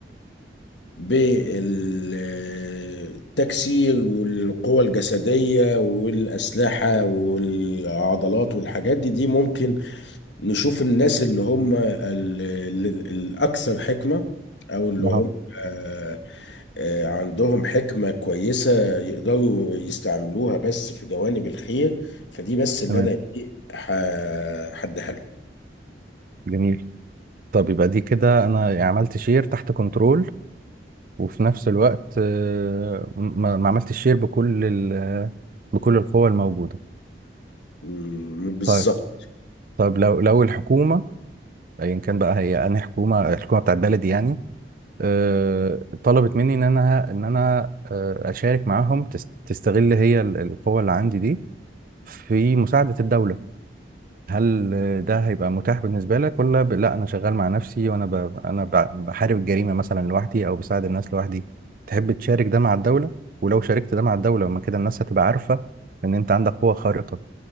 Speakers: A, on the left; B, on the right.
A: بالتكسير والقوة الجسدية والأسلحة والعضلات والحاجات دي دي ممكن نشوف الناس اللي هم ال- ال- الأكثر حكمة أو اللي
B: اه
A: هم آه، آه، عندهم حكمة كويسة يقدروا يستعملوها بس في جوانب الخير فدي بس اللي
B: تمام
A: أنا إيه ح- هديها لهم
B: جميل طب يبقى دي كده انا يعني عملت شير تحت كنترول وفي نفس الوقت آه، ما ما عملتش شير بكل ال- بكل القوى الموجوده
A: مم، بالظبط
B: طيب طيب لو لو الحكومه ايا كان بقى هي انا حكومه الحكومه بتاعت بلدي يعني آه، طلبت مني ان انا ان انا آه، اشارك معاهم تس- تستغل هي ال- القوه اللي عندي دي في مساعدة الدولة هل ده هيبقى متاح بالنسبة لك ولا ب... لا أنا شغال مع نفسي وأنا ب... أنا ب... بحارب الجريمة مثلا لوحدي أو بساعد الناس لوحدي تحب تشارك ده مع الدولة ولو شاركت ده مع الدولة ما كده الناس هتبقى عارفة إن أنت عندك قوة خارقة